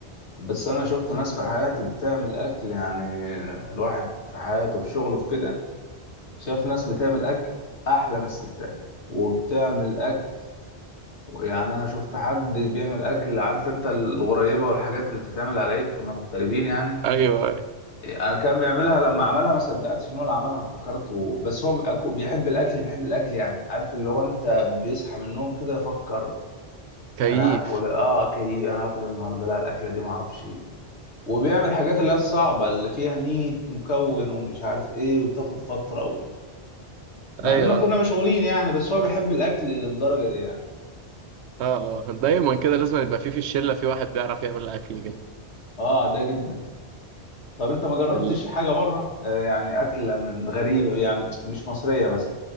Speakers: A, on the left; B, on the right.
A: بس انا شفت ناس في حياتي بتعمل اكل يعني الواحد في حياته في شغله في كده شاف ناس بتعمل اكل احلى من الستات وبتعمل اكل يعني انا شفت حد بيعمل اكل عارف انت الغريبه والحاجات اللي بتتعمل على العيد كنا مغتربين يعني
B: ايوه
A: انا كان بيعملها لما عملها ما صدقتش ان هو اللي عملها افتكرته بس هو بيأكو- بيحب الاكل بيحب الاكل يعني عارف اللي هو انت بيصحى من النوم كده يفكر
B: كيف
A: انا هاكل إيه؟ اه اوكي انا هاكل النهارده لا الاكله دي ما اعرفش ايه وبيعمل حاجات اللي هي الصعبه اللي فيها 100 مكون ومش عارف ايه وبتاخد فتره و... مع
B: ايوه
A: اننا كنا
B: ايوه
A: مشغولين يعني بس هو بيحب الاكل للدرجه دي يعني
B: اه اه دايما كده لازم يبقى في في الشله في واحد بيعرف يعمل اكل كده
A: اه ده جدا طب انت ما جربتش
B: ال-
A: حاجه بره آه، يعني اكله من غريبه يعني مش مصريه مثلا